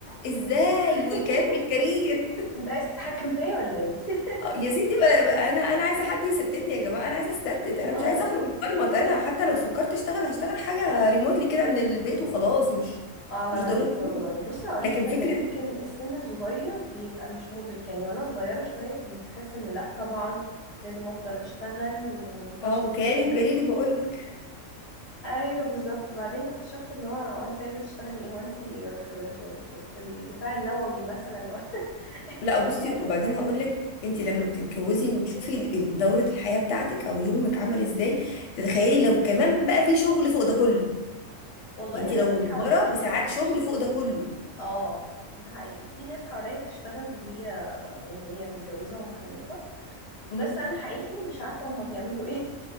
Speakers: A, on the left; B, on the left.
A: ازاي
B: <laughs>
A: والكيان والكارير
B: انت عايز تتحكم فيا ولا ايه
A: آه، يا ستي بقى بقى انا انا عايزه حد يستتني يا جماعه انا عايزه استتت انا مش
B: اه
A: عايزه اخرج اتمرمط انا وحتى لو فكرت اشتغل هشتغل حاجه ريموتلي كده من البيت وخلاص مش
B: اه على
A: مش
B: رايك
A: ضروري
B: والله بصي هقول
A: لكن
B: لك حاجه
A: فكره
B: يمكن السن الصغير بيبقى مش مدرك يعني وانا صغيره شويه كنت بحس ان لا طبعا لازم افضل اشتغل وما ينفعش
A: اه
B: اسيب
A: وكياني
B: شغلي
A: وكاريري بقول لك
B: ايوه بالظبط بعدين اكتشفت اللي هو هو انت عايزه تشتغلي ايه هو انت في في في, في الدفاع النووي مثلا و...
A: لا
B: <laughs>
A: بصي
B: يعني
A: وبعدين هقول لك انت لما بتتجوزي وتشوفي ال- ال- دوره الحياه بتاعتك او يومك عامل ازاي تتخيلي لو كمان بقى في شغل فوق ده كله
B: والله
A: يعني انت
B: انا
A: لو
B: في
A: مجبره
B: حواليا
A: بساعات
B: ناس بتشت...
A: شغل فوق ده كله
B: اه ده حقيقي في ناس حواليا بتشتغل وهي وهي متجوزة ومخلفة
A: مم.
B: بس انا حقيقي مش عارفة هما بيعملوا ايه <laughs>